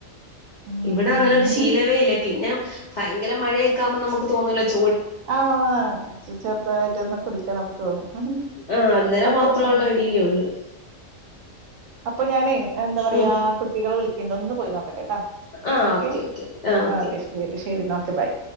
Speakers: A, on the right; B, on the left.
A: ഉം
B: ഇവിടെ അങ്ങനെ ഒരു ശീലവേ ഇല്ലേ പിന്നെ ഭയങ്കര മഴയൊക്കെകാവുംബം നമുക്കു തോന്നൂല്ലേ ചു
A: ആഹ് ചെറുതായിട്ട് ഒന്ന് കുടിക്കണം അപ്പോതോന്നും ഉം
B: ആഹ് അന്നേരം
A: അപ്പൊ
B: മാത്രമുള്ള
A: ആ
B: ഇടിയിലേ ഉള്ളു
A: അപ്പൊ ഞാന് എന്താ പറയാ
B: ഉം
A: കുട്ടികളെ വിളി കിണ്ട് ഒന്ന് പോയി നോ ക്കട്ടെട്ടോ
B: ആഹ്
A: ഓകെ
B: ഓക്കെ ഓക്കെ ഓക്കെ ആഹ്
A: ആ
B: ഓക്കെ
A: ഓകെ
B: ഓക്കെ
A: ശരി ശരി ന്നാ ഓകെ ബൈ